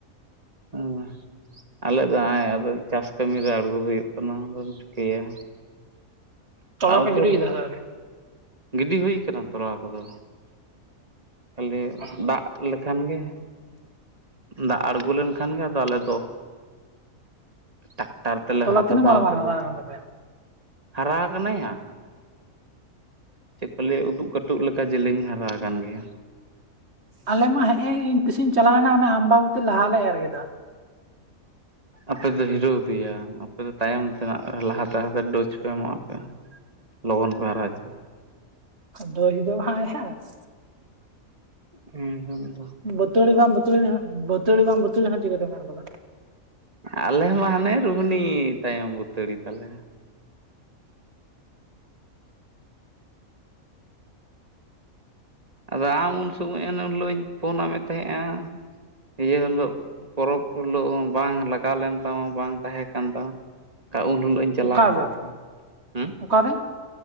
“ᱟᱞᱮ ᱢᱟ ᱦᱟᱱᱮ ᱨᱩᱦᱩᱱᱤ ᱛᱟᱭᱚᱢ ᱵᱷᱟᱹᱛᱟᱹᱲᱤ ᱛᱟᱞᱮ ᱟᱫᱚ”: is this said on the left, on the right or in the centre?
Right